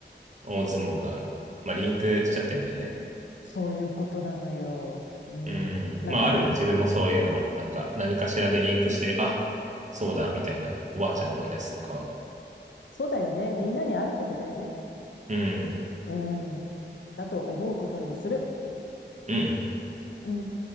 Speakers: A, on the right; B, on the left.
A: 大相撲が、まあ、リンクしちゃってんだよね。
B: そういうことなのよ。うん。
A: うん。
B: なんかみん、
A: まあ、あるよ。自分もそういうの、なんか、何かしらでリンクしてる。あ、そうだ、みたいな。おばあちゃん思い出すとかは。
B: そうだよね。みんなにあることだよね。
A: うん。
B: うん。だと思うことにする。
A: うん、
B: うん。